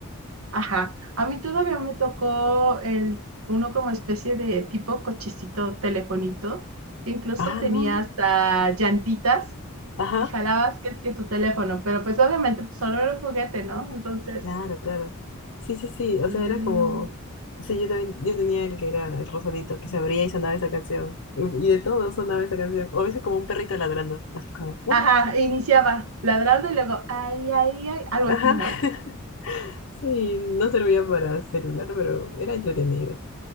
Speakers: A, on the right; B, on the left.
A: Ajá, a mí todavía me tocó el, uno como especie de tipo cochecito telefonito, que incluso
B: Ah,
A: tenía
B: no, no.
A: hasta llantitas
B: Ajá,
A: y jalabas que es que tu teléfono, pero pues obviamente pues, solo era un juguete, ¿no? Entonces,
B: claro, claro. Sí, sí, sí, o
A: mm,
B: sea, era como... Sí, yo también, yo tenía el que era el rosadito, que se abría y sonaba esa canción. Y y de todo sonaba esa canción. O a veces como un perrito ladrando, así como...
A: ajá, iniciaba ladrando y luego, ay, ay, ay, algo
B: Ajá,
A: así, ¿no?
B: <laughs> sí, no servía para celular, pero era entretenido.